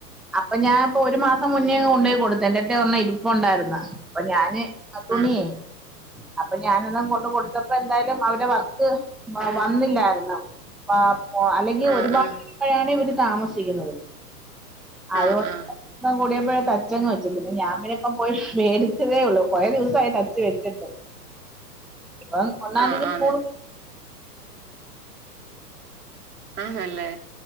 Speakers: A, in the centre; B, on the right.
A: അപ്പൊ ഞാൻ ഇപ്പൊ ഒരു മാസം മുന്നേങ് കൊണ്ടോയി കൊടുത്തു എന്റെടുത്ത് ഒരെണ്ണം ഇരിപ്പ് ഉണ്ടായിര്ന്ന് അപ്പൊ ഞാന് ആ തുണിയേ
B: ആഹ്
A: അപ്പൊ ഞാന് അന്ന് കൊണ്ട് കൊടുത്തപ്പോ എന്തായാലും അവരെ വർക്ക് വ
B: ആഹ്
A: വന്നില്ലായിരുന്നു ആഹ് അ അല്ലെങ്കിൽ
B: ആഹ്
A: ഒരുപാട്
B: ആഹ്
A: ഇപ്പഴാണ് ഇവര് താമസിക്കുന്നത് അതു
B: ആഹ്
A: കൊണ്ട്
B: ആഹ്
A: <unintelligible> കൂടിയപ്പോഴെ തച്ചങ്ങ് വെച്ചു പിന്നെ ഞാൻ പിന്നെ ഇപ്പം പോയി മേടിച്ചതേ ഉള്ളൂ കൊറെ ദിവസായി തച്ച് വെച്ചിട്ട്
B: <inaudible>
A: ഇപ്പം ഒന്നാം
B: ആഹ്
A: തീയതി സ്കൂള്
B: ആണ് ആണല്ലേ